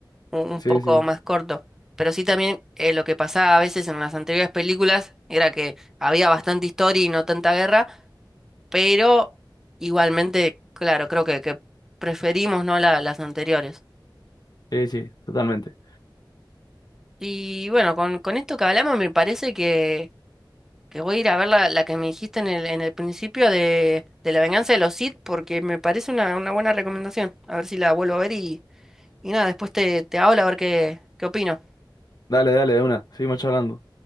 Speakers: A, in the centre; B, on the left (about 55°).
A: un, un
B: Sí,
A: poco
B: sí.
A: más corto. Pero sí también eh, lo que pasaba a veces en las anteriores películas era que había bastante historia y no tanta guerra, pero igualmente, claro, creo que, que preferimos no La- las anteriores.
B: Sí, sí, totalmente.
A: Y bueno, con, con esto que hablamos me parece que voy a ir a ver la, la que me dijiste en el, en el principio de, de La Venganza de los Sith, porque me parece una, una buena recomendación. A ver si la vuelvo a ver y, y nada, después te, te hablo a ver qué, qué opino.
B: Dale, dale, de una. Seguimos charlando.